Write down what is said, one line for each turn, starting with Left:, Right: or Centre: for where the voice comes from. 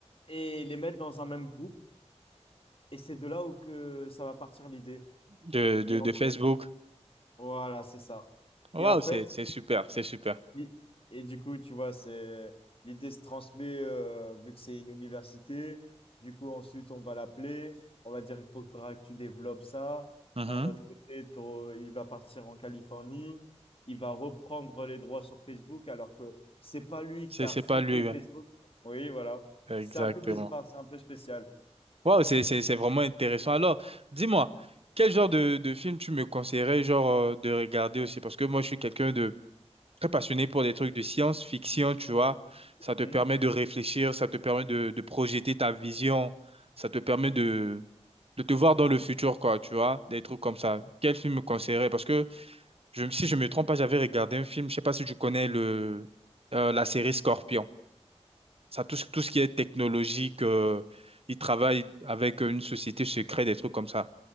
Left: et les mettre dans un même groupe. Et c'est de là où que ça va partir l'idée.
Right: De, de,
Left: Et en
Right: de
Left: fait,
Right: Facebook.
Left: voilà, c'est ça.
Right: Waouh,
Left: Et en fait,
Right: c'est, c'est super, c'est super.
Left: Oui. Et du coup, tu vois, c'est l'idée se transmet euh, vu que c'est une université. Du coup, ensuite, on va l'appeler. On va dire, il faudra que tu développes ça.
Right: Mhm.
Left: D'un autre côté, t'au- il va partir en Californie. Il va reprendre les droits sur Facebook alors que c'est pas lui
Right: C'est,
Left: qui a
Right: c'est
Left: fondé
Right: pas lui. ouais.
Left: Facebook. Oui, voilà.
Right: Exactement.
Left: C'est un peu bizarre, c'est un peu spécial.
Right: Waouh, c'est, c'est, c'est vraiment intéressant. Alors, dis-moi, quel genre de, de film tu me conseillerais, genre, euh, de regarder aussi? Parce que moi, je suis quelqu'un de très passionné pour des trucs de science-fiction, tu vois. Ça
Left: Mhm.
Right: te permet de réfléchir, ça te permet de, de projeter ta vision, ça te permet de, de te voir dans le futur, quoi, tu vois, des trucs comme ça. Quel film me conseillerais? Parce que Je, me- si je me trompe pas, j'avais regardé un film, je sais pas si tu connais le, euh, la série Scorpion. Ça, tout, ce- tout ce qui est technologique, euh, ils travaillent avec une société secrète, des trucs comme ça,